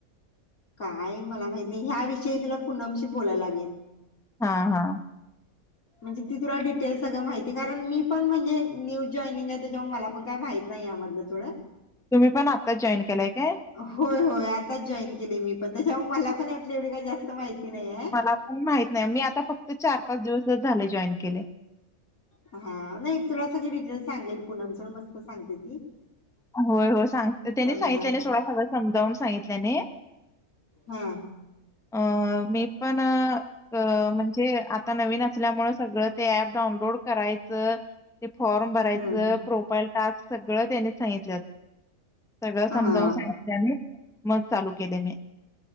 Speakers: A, on the left (about 80°); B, in the centre.
A: काय मला माहित नाही ह्याविषयी तुला पुनमशी बोलायला लागेल.
B: हा. हा.
A: म्हणजे ती तुला डिटेल सगळं माहिती कारण मी पण म्हणजे न्यू जॉईनिंग आहे. त्याच्यामुळे मला पण काय माहिती नाही यामधलं थोडं.
B: तुम्ही पण आता जॉईन केलाय काय?
A: होय होय आताच जॉईन केले मी पण, त्याच्यावर मला पण यातले एवढी काही जास्त माहिती नाही आहे.
B: ला पण माहित नाही मी आता फक्त चार पाच दिवसच झाले जॉईन केले.
A: हा नाही तुला सगळी डिटेल सांगेल पुनम सोड मस्त सांगते ती.
B: होय हो सांग त्यानी
A: समजा
B: सांगितल्याने थोडा सगळं समजावून सांगितल्याने.
A: हा.
B: अ मी प ना अ म्हणजे आता नवीन असल्यामुळे सगळं ते ऍप डाऊनलोड करायचं, ते फॉर्म भरायचं,
A: हम्म
B: प्रोफाईल टास्क सगळं त्यांनी सांगितलं. सगळं समजावून
A: हा
B: सांगितल्याने मग चालू केले मी.